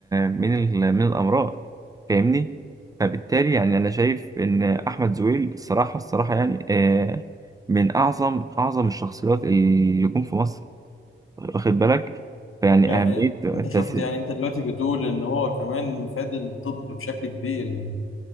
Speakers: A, on the right; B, on the left.
A: من ال من الأمراض فاهمني؟ فبالتالي يعني أنا شايف إن أحمد زويل الصراحة الصراحة يعني آه، من أعظم أعظم الشخصيات اللي جم في مصر واخد بالك؟ فيعني
B: يعني
A: أهمية التأثير
B: انت شفت يعني انت دلوقتي بتقول ان هو كمان فاد الطب بشكل كبير يعني